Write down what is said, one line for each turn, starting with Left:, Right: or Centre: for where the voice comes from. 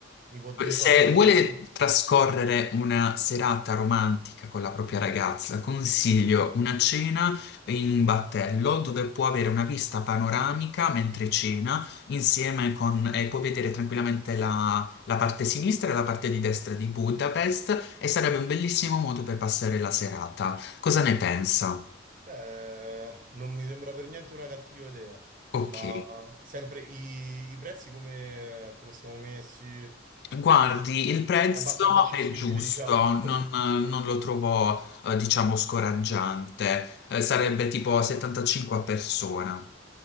Right: mi può dire
Left: Se
Right: qualcosa
Left: vuole
Right: di più.
Left: trascorrere una serata romantica con la propria ragazza, consiglio una cena in un battello dove può avere una vista panoramica mentre cena, insieme con, e può vedere tranquillamente la, la parte sinistra e la parte di destra di Budapest e sarebbe un bellissimo modo per passare la serata. Cosa ne pensa?
Right: Beh, non mi sembra per niente una cattiva idea,
Left: Ok.
Right: ma sempre i, i prezzi come, come siamo messi? È
Left: Guardi, il prezzo
Right: abbastanza accessibile,
Left: è giusto,
Right: diciamo.
Left: non,
Right: <laughs>
Left: non lo trovo, eh, diciamo, scoraggiante. Eh, sarebbe tipo 75 a persona.